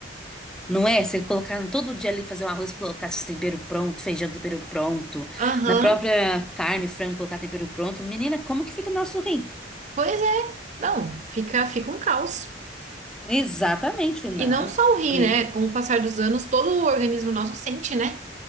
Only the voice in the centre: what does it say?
Não é? Você colocar todo dia ali fazer um arroz, colocar esse tempero pronto, feijão tempero pronto,
na própria carne, frango, colocar tempero pronto. Menina, como que fica nosso rim?
Exatamente, falei,
não.
Falei,